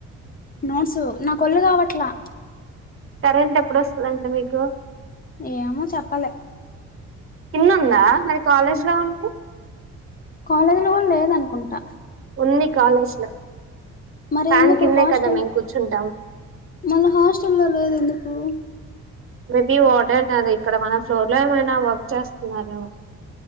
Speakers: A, on the left; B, on the right.
A: నోడ్సు నా కొల్గావ అట్లా
B: కరెంట్ ఎప్పుడుస్తుందండి మీకు
A: ఏమో చెప్పలె
B: ఇన్ని ఉందా మరి కాలేజీ లో ఉండి
A: కాలేజీల కూడా లేదనుకుంటా
B: ఉంది కాలేజ్ లో
A: మరి
B: ఫ్యాన్
A: ఎందుకు
B: కిందే
A: హాస్టల్
B: కదా మేము కూర్చుంటాం
A: మళ్ళా హాస్టల్ లో లేదు ఎందుకు అ
B: మేబి వాఓట కదా ఇక్కడ మన ఫ్లోర్ లో ఏమైనా వర్క్ చేస్తున్నారు